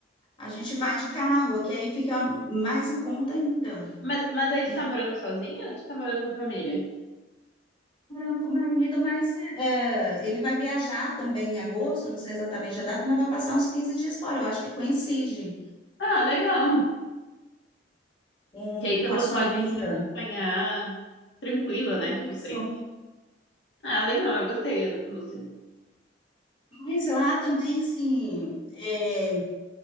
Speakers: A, on the left; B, on the left.
A: A gente vai de carro, que aí fica mais em conta ainda.
B: Mas, mas aí
A: estou
B: tu tá morando sozinha? ou Tu tá morando com a família?
A: morando com o marido, mas eh, ele vai viajar também em agosto, eu não sei exatamente a data, mas vai passar uns 15 dias fora. Eu acho que coincide
B: Ah, legal.
A: com,
B: Que aí
A: com
B: tu
A: a
B: po-
A: sua
B: pode
A: vinda.
B: me acompanhar tranquila, né?
A: Isso.
B: Tipo assim. Ah, legal, eu gostei, Lúcia.
A: Mas lá também, assim, é,